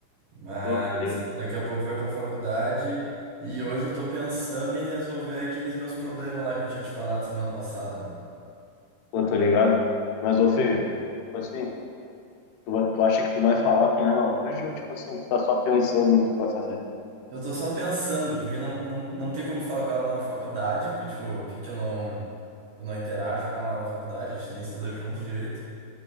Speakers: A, on the right; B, on the left.
A: Mas
B: Pô, tá ligado?
A: daqui a pouco vou ir pra faculdade e hoje eu tô pensando em resolver aqueles meus problemas lá que eu tinha te falado semana passada, mano.
B: Pô, tô ligado. Mas, ô, Feio, tipo assim, tu, vai- tu acha que tu vai falar com ela hoje ou, tipo assim, tu tá só pensando no que tu vai fazer?
A: Eu tô só pensando, porque não, não, não tem como falar com ela na faculdade, porque, tipo, porque eu não, eu não interajo com ela na faculdade, a gente nem estuda junto direito.